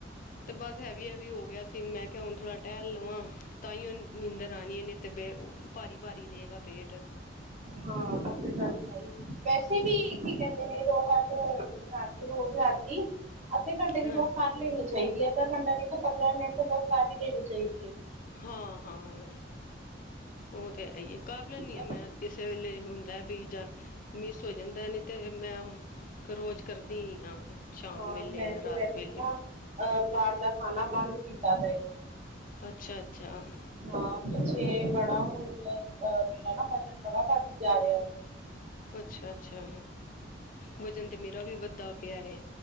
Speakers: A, on the left; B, on the right.
A: ਤੇ ਬਸ ਹੈਵੀ - ਹੈਵੀ ਹੋ ਗਿਆ ਸੀ। ਮੈਂ ਕਿਹਾ, ਹੁਣ ਥੋੜਾ ਟਹਿਲ ਲਵਾਂ। ਤਾਂਹੀ ਉਹ ਨੀਂਦਰ ਆਣੀਏ ਨੇ। ਤੇ ਬ ਭਾਰੀ-ਭਾਰੀ ਰਹੇਗਾ ਵੇਟ।
B: ਹਾਂ। ਉਹ ਤੇ ਗੱਲ ਹੈ ਹੀ ਵੈਸੇ ਵੀ ਕੀ, ਕਹਿੰਦੇ ਨੇ ਰੋ ਹਰ ਰਾਤੀ ਰੋਜ਼ ਰਾਤੀ। ਅੱਧੇ ਘੰਟੇ ਦੀ
A: ਹਾਂ
B: ਵੋਕ ਕਰ ਲੈਣੀ ਚਾਹੀਦੀ ਹੈ ਅੱਧਾ ਘੰਟਾ ਨਹੀਂ ਤੇ ਪੰਦਰਾਂ ਮਿੰਟ ਵੋਕ ਕਰ ਹੀ ਲੇਣੀ ਚਾਹੀਦੀ ਹੈ।
A: ਹਾਂ-ਹਾਂ ਉਹ ਤੇ ਹੈ ਹੀ ਏ। ਕਰ ਲੈਦੀ
B: ਹਾਂ
A: ਮੈਂ ਕਿਸੇ ਵੇਲੇ ਹੁੰਦਾ ਵੀ ਜਾਂ ਮਿਸ ਹੋ ਜਾਂਦਾ ਨੀ ਤੇ ਮੈਂ ਰੋਜ਼ ਕਰਦੀ ਹੀ ਹਾਂ ਸ਼ਾਮ
B: ਹਾਂ
A: ਵੇਲੇ
B: ਮੈਂ
A: ਜਾਂ ਰਾਤ
B: ਤੇ ਵੈਸੇ
A: ਵੇਲੇ।
B: ਨਾ ਅਹ ਬਾਰ ਦਾ ਖਾਣਾ ਬੰਦ ਕੀਤਾ ਵੇ।
A: ਅੱਛਾ-ਅੱਛਾ-ਅੱਛਾ
B: ਹਾਂ। ਪਿੱਛੇ ਬੜਾ ਹੁਣ ਨ ਮੇਰਾ ਨਾ ਵਜਨ ਬੜਾ ਵੱਧਦੀ ਜਾ ਰਿਹਾ। ਹੁਣ,
A: ਅੱਛਾ- ਅੱਛਾ ਵਜਨ ਤੇ ਮੇਰਾ ਵੀ ਵੱਧਦਾ ਪਿਆ ਏ।